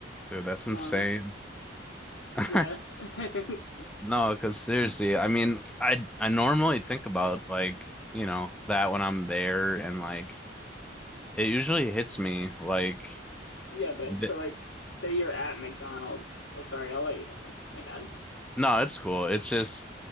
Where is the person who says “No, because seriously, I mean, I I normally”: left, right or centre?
Centre